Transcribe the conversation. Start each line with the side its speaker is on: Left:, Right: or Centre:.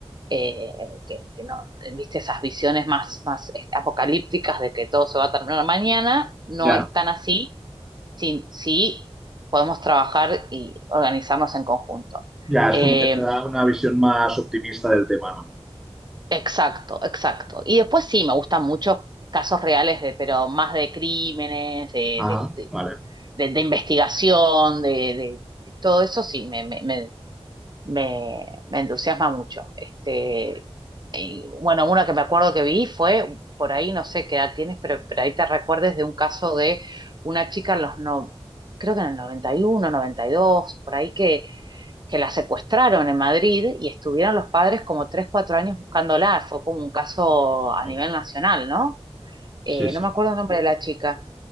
Right: eh, que, que no, viste, esas visiones más, más apocalípticas de que todo se va a terminar mañana, no
Centre: Ya,
Right: es tan así si, si podemos trabajar y organizarnos en conjunto.
Centre: ya,
Right: Eh,
Centre: es como que te da una visión más optimista del tema, ¿no?
Right: exacto, exacto. Y después sí, me gustan muchos casos reales, de, pero más de crímenes, de,
Centre: Ajá, vale.
Right: de, de investigación, de, de, todo eso sí, me, me, me, me me entusiasma mucho. Este, y, bueno, una que me acuerdo que vi fue, por ahí no sé qué edad tienes, pero, pero ahí te recuerdes de un caso de una chica en los no, creo que en el noventa noventa y uno noventa y dos por ahí que, que la secuestraron en Madrid y estuvieron los padres como 3 4 años buscándola. Fue como un caso a
Centre: No,
Right: nivel nacional, ¿no?
Centre: Sí,
Right: eh,
Centre: sí.
Right: no me acuerdo el nombre de la chica.